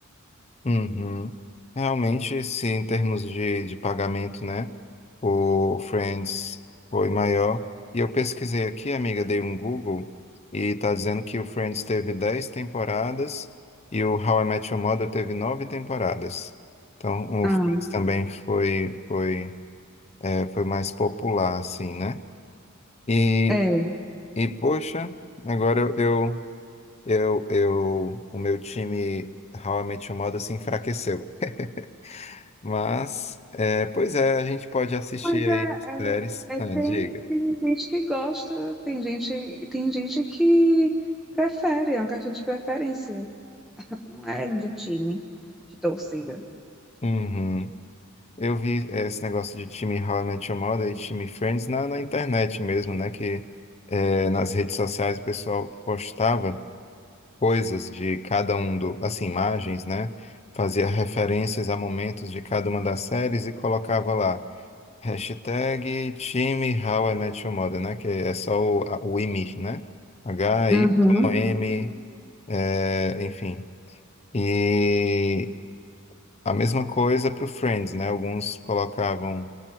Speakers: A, on the left; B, in the centre.
A: Uhum. Realmente, se em termos de, de pagamento, né? O Friends foi maior. E eu pesquisei aqui, amiga, dei um Google e tá dizendo que o Friends teve 10 temporadas e o How I Met Your Mother teve 9 temporadas. Então,
B: Ah,
A: o Friends também foi, foi. É, foi mais popular, assim, né? E,
B: é.
A: e poxa, agora eu, eu, eu, eu- o meu time How I Met Your Mother se enfraqueceu. <laughs> Mas, é, pois é, a gente pode assistir
B: Mas é,
A: aí as
B: é,
A: séries. Ah,
B: é, tem,
A: diga.
B: tem gente que gosta, tem gente, tem gente que prefere, é uma questão de preferência. Não é do time, de torcida.
A: Uhum. Eu vi esse negócio de time How I Met Your Mother e time Friends na, na internet mesmo, né? Que é, nas redes sociais o pessoal postava. coisas de cada um do, assim, imagens, né? Fazia referências a momentos de cada uma das séries e colocava lá hashtag time How I Met Your Mother, né? Que é só o, a- o IMI, né? H-Y-M,
B: Uhum.
A: é, enfim. E a mesma coisa para o Friends, né? Alguns colocavam